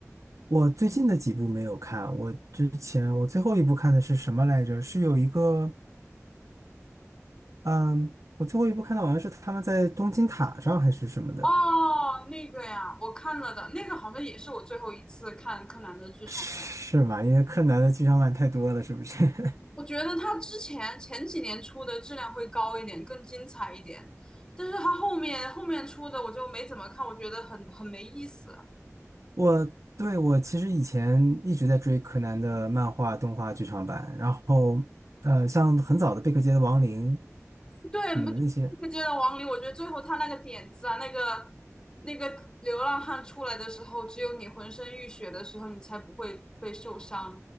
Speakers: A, on the right; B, on the left.
A: 我最近的几部没有看，我之前我最后一部看的是什么来着？是有一个，嗯，我最后一部看到好像是他们在东京塔上还是什么的，
B: 哦，那个呀，我看了的，那个好像也是我最后一次看柯南的剧场版。
A: 是吗？因为柯南的剧场版太多了，是不是？<laughs>
B: 我觉得他之前前几年出的质量会高一点，更精彩一点，但是他后面后面出的我就没怎么看，我觉得很很没意思。
A: 我对我其实以前一直在追柯南的漫画、动画剧场版，然后呃，像很早的《贝克街的亡灵》
B: 对，
A: 什么的那些，
B: 不就接到王林，我觉得最后他那个点子啊，那个那个流浪汉出来的时候，只有你浑身浴血的时候，你才不会被受伤。